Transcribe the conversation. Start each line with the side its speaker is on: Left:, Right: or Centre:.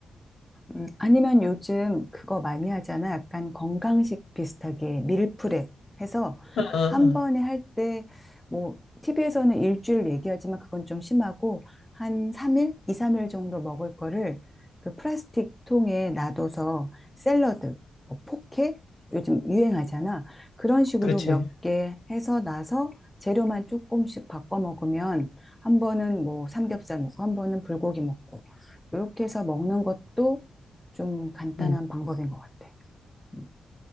Centre: 음, 아니면 요즘 그거 많이 하잖아. 약간 건강식 비슷하게 밀프렙 해서
Left: 어, 어, 어.
Centre: 한 번에 할 때, 뭐, TV에서는 일주일 얘기하지만 그건 좀 심하고, 한 3일? 2, 3일 정도 먹을 거를 그 플라스틱 통에 놔둬서 샐러드, 뭐 포케? 요즘 유행하잖아. 그런 식으로
Left: 그렇지.
Centre: 몇 개 해서 나서 재료만 조금씩 바꿔 먹으면 한 번은 뭐 삼겹살 먹고, 한 번은 불고기 먹고, 이렇게 해서 먹는 것도 좀 간단한
Left: 음.
Centre: 방법인 것 같아. 음.